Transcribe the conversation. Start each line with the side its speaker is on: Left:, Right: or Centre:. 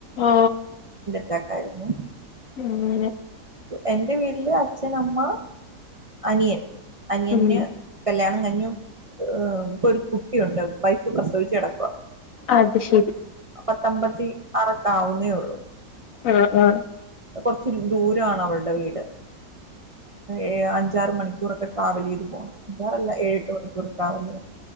Left: ഓ
Right: കെറ്റാരുന്നു
Left: ഇല്ല
Right: എന്റെ വീട്ടില് അച്ഛൻ അമ്മ അനിയൻ അനിയന്
Left: ഉം
Right: കല്യാണം കഴിഞ്ഞു ഏഹ് ഒരു കുട് ട്ടിയുണ്ട് വൈഫ്‌ പ്രസവിച്ചു കെട
Left: അത് ശരി
Right: പത്തബത്തി ആറൊക്കെ ആവുന്നെ ഉള്ളു
Left: ആ ആ
Right: കൊറച്ച് ദൂരാണ് അവൾടെ വീട് ഏഹ് അഞ്ചാറു മണിക്കൂറൊക്കെ ട്രാവലിയ്തു പോണം ആഞ്ചാറല്ല ഏഴേട്ട് മണി ക്കുർ ഡ്രാവല്ല്ചെയ്യണം